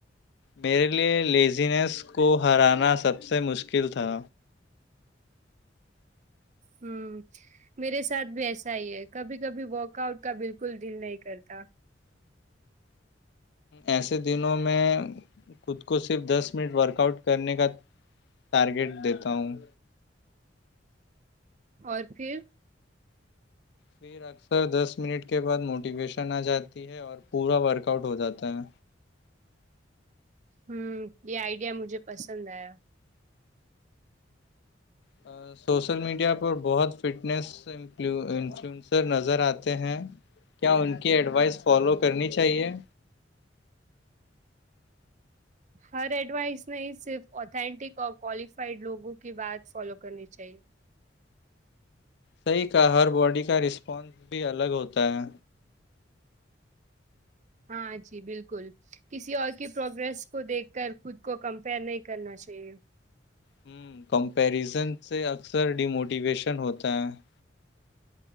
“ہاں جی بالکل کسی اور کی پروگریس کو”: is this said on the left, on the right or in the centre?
Right